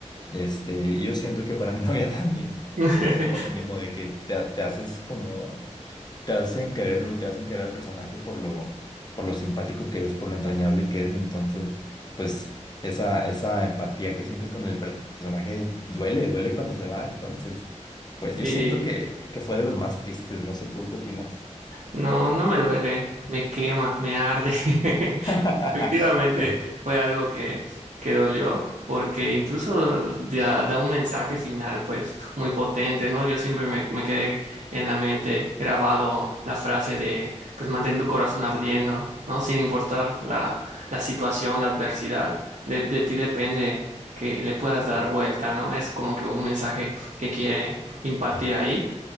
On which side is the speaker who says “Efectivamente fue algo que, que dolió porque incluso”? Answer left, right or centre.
Right